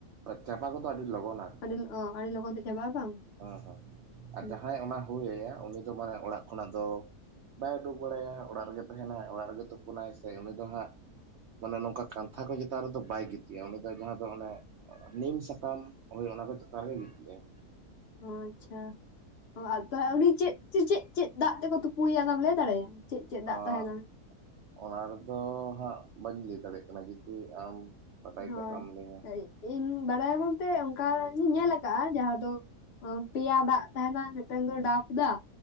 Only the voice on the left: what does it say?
ᱟᱹᱰᱤ ᱚ ᱟᱹᱰᱤ ᱞᱚᱜᱚᱱ ᱛᱮ ᱪᱟᱵᱟᱜᱼᱟ ᱵᱟᱝ?
ᱦᱮᱸ
ᱚ ᱟᱪᱪᱷᱟ ᱚ ᱛᱟᱦᱞᱮ ᱩᱱᱤ ᱪᱮᱫ ᱪᱮᱫ ᱪᱮᱫ ᱪᱮᱫ ᱫᱟᱜ ᱛᱮᱠᱚ ᱛᱩᱯᱩᱭᱟ ᱚᱱᱟᱢ ᱞᱟᱹᱭ ᱫᱟᱲᱮᱭᱟᱜᱼᱟ? ᱪᱮᱫ ᱪᱮᱫ ᱫᱟᱜ
ᱛᱟᱦᱮᱱᱟ
ᱦᱳᱭ
ᱤᱧ ᱵᱟᱲᱟᱭᱟ ᱵᱚᱞᱛᱮ ᱚᱱᱠᱟᱧ ᱧᱮᱞ ᱠᱟᱜᱼᱟ ᱡᱟᱦᱟᱸ ᱫᱚ ᱯᱤᱭᱟ ᱫᱟᱜ ᱛᱟᱦᱮᱸᱱᱟ ᱢᱤᱫᱴᱟᱝ ᱫᱚ ᱴᱟᱯ ᱫᱟᱜ